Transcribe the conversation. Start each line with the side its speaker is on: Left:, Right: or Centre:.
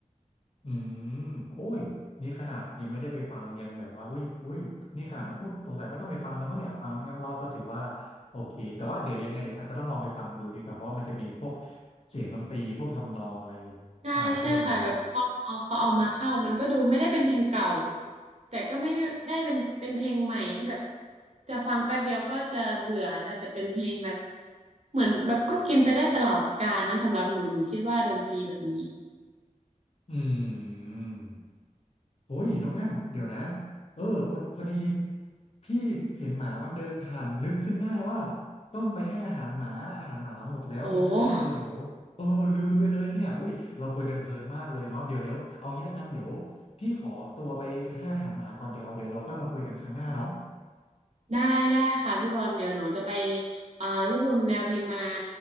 Left: อืมโอ้ยนี่ขนาดยังไม่ได้ไปฟังยังแบบว่าอุ้ยอุ้ยนี่ขนาดไม่อุ้ยสงสัยไม่ต้องไปฟังแล้วมั้งเนี่ยฟังน้องแอมเล่าก็ถือว่าโอเคแต่ว่าเดี๋ยวยังไงเดี๋ยวอาจจะต้องลองไปฟังดูดีกว่าเพราะว่ามันจะมีพวกเสียงดนตรีพวกทำนองอะไร
Right: ใช่ใช่ค่ะแบบพอเอาเขาเอามาเข้ามันก็ดูไม่ได้เป็นเพลงเก่า
Left: มาด้วยเนาะ
Right: แต่ก็ไม่ได้ได้เป็นเป็นเพลงใหม่ที่แบบจะฟังแป๊บเดียวก็จะเบื่อค่ะแต่เป็นเพลงแบบเหมือนแบบก็กินไปได้ตลอดกาลนะสำหรับหนูหนูคิดว่าดนตรีแบบนี้
Left: อืม โอ้ยน้องแอมเดี๋ยวนะเออพอพอดีพี่เห็นหมามันเดินผ่านนึกขึ้นได้ว่าต้องไปให้อาหารหมาอาหารหมาหมดแล้วยังไม่ได้ไปให้เลยเดี๋ยวเออลืมไปเลยเนี่ยอุ้ยเราคุยกันเพลินมากเลยเนาะเดี๋ยวเดี๋ยวเอางี้ละกันเดี๋ยว
Right: โอ้
Left: พี่ขอตัวไปให้อาหารหมาก่อนเดี๋ยวเอาเดี๋ยวเราค่อยมาคุยกันครั้งหน้าเนาะ
Right: ได้ได้ค่ะพี่บอลเดี๋ยวหนูจะไปอ่ารวบรวมแนวเพลงมา